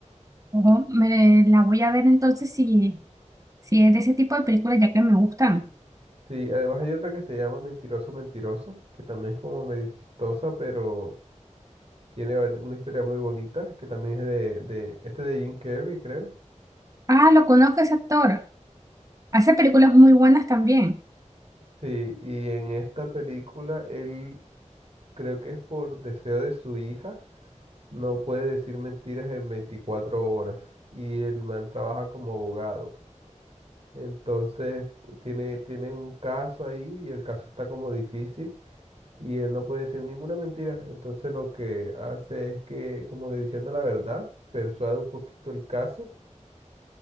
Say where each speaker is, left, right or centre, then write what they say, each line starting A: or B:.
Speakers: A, on the right; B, on the right.
A: Ojo, me la voy a ver entonces si, si es de ese tipo de películas ya que me gustan.
B: Sí, además hay otra que se llama Mentiroso Mentiroso, que también es como medio chistosa, pero tiene va- una historia muy bonita, que también es de, de este de Jim Carrey, creo.
A: Ah, lo conozco ese actor. Hace películas muy buenas también.
B: Sí, y en esta película él creo que es por deseo de su hija, no puede decir mentiras en 24 horas y el man trabaja como abogado. Entonces tiene, tiene un caso ahí y el caso está como difícil y él no puede decir ninguna mentira. Entonces lo que hace es que, como que diciendo la verdad, persuade un poquito el caso